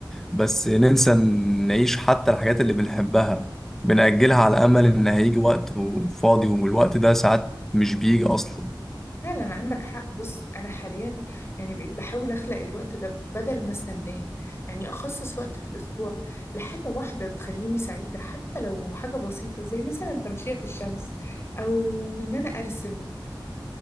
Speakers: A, in the centre; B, on the left (about 30°).
A: بس ننسى نعيش حتى الحاجات اللي بنحبها بنأجلها على أمل إن هيجي وقت فاضي والوقت ده ساعات مش بيجي أصلا
B: فعلا عندك حق بص انا حاليا يعني بقيت بحاول اخلق الوقت ده بدل ما استناه يعني اخصص وقت في الاسبوع لحاجه واحده بتخليني سعيده حتى لو حاجه بسيطه زي مثلا التمشيه في الشمس او ان انا ارسم